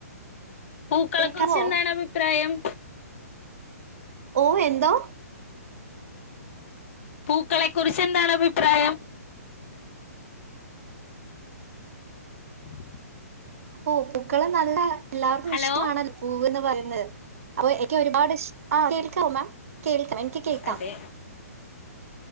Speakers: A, on the left; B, on the right.
A: പൂക്കളെക്കുറിച്ച്
B: കേൾക്കാവോ
A: എന്താണ് അഭിപ്രായം
B: ഓ എന്തോ
A: പൂക്കളെ കുറിച്ച് എന്താണ് അഭിപ്രായം <unintelligible>
B: ഓ പൂക്കളം നല്ല എല്ലാവർക്കും
A: ഹലോ
B: ഇഷ്ടമാണല്ലോ പൂവ് പറയുന്നത് അപ്പൊ എനിക്ക് ഒരുപാട് ഇഷ്ട ആ കേൾക്കാവ മാം കേൾക്കാം എനിക്ക് കേൾക്കാം
A: അതെ